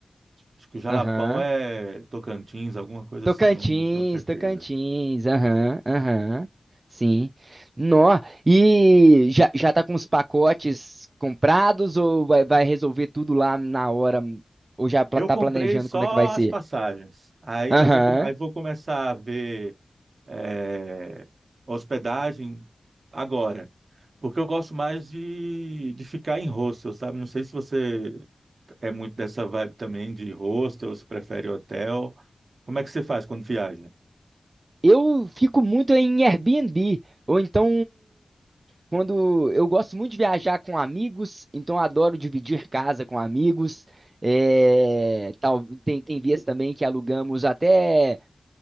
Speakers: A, on the right; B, on the right.
A: Acho que o Jalapão
B: Aham.
A: é Tocantins, alguma coisa
B: Tocantins,
A: assim, não, não tenho certeza.
B: Tocantins, aham, aham. Sim. Nó, e já, já tá com os pacotes comprados ou vai, vai resolver tudo lá na hora? Ou já pla-
A: Eu
B: tá
A: comprei
B: planejando
A: só
B: como é que vai ser?
A: as passagens. Aí
B: Aham.
A: ainda vou, com- aí vou começar a ver é, hospedagem agora. Porque eu gosto mais de, de ficar em hostel, sabe? Não sei se você é muito dessa vibe também de hostel, se prefere hotel. Como é que você faz quando viaja?
B: Eu fico muito em Airbnb, ou então quando eu gosto muito de viajar com amigos, então eu adoro dividir casa com amigos. É, tal, tem, tem vezes também que alugamos até